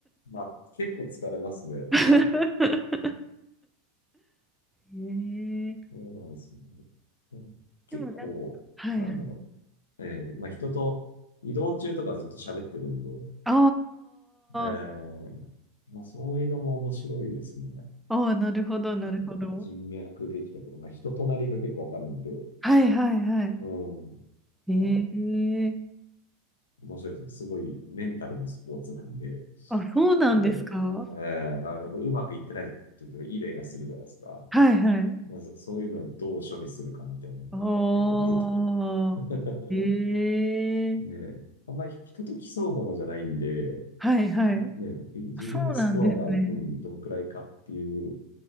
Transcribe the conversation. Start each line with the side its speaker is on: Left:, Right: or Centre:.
Left: まあ、結構疲れますね、確かに。
Centre: <laughs> ええ
Left: そうなんですよね。結構、
Centre: でもなんか、はい
Left: なんだろう。えーまあ、人と移動中とかずっと喋ってるんで、
Centre: あ
Left: えーまあ、
Centre: ー
Left: そういうのも面白いですね。
Centre: あー、なるほど、なるほど。
Left: うん人脈できたとか、まあ、人となりが結構わかるんで、
Centre: はいはいはい。
Left: うん、
Centre: ええ
Left: まあ、面白いですね。すごいメンタルのスポーツなんで、
Centre: あ、そうなんですか。
Left: うん
Centre: は
Left: えーまあやっぱうまくいってない時とかイライラするじゃないですか。
Centre: いはい。
Left: まあ、そそういうのをどう処理するかみたいなのが結構見えてく
Centre: ああ、
Left: る。
Centre: ええ
Left: <laughs> で、あんまり人と競うものじゃないんで、
Centre: はいはい。
Left: ね、自分のスコアが、
Centre: あそうなんですね。
Left: うん、どんくらいかっていう